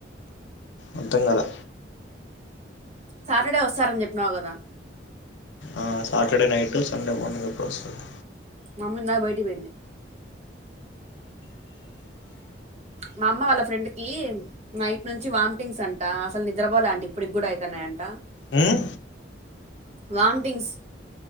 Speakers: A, on the left (about 85°); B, on the right (about 40°).
A: అర్థం కాలా
B: సాటర్డే వస్తారని చెప్పినావు కదా
A: ఆ సాటర్డే నైట్ సండే మార్నింగ్ప్పుడు వస్తది
B: మమ్మీ ఇందాక బయటికి పోయింది మా అమ్మ వాళ్ళ ఫ్రెండ్ కీ నైట్ నుంచి వామిటింగ్స్ అంట అసలు నిద్రపోలే అంటే ఇప్పటికి కూడా అయితున్నాయంట
A: ఉం
B: వాంటింగ్స్